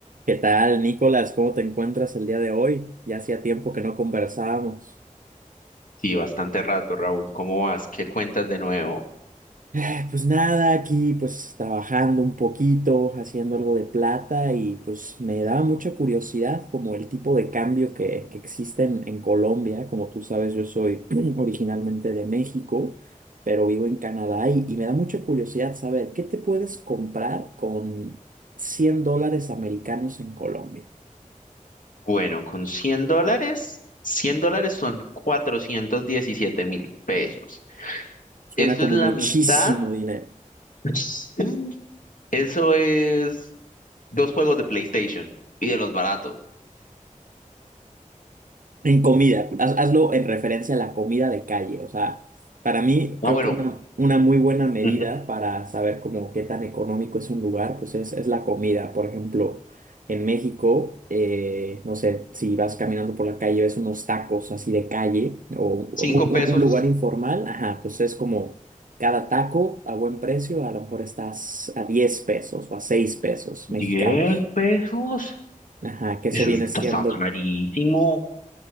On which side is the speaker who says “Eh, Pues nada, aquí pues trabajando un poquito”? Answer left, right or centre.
Right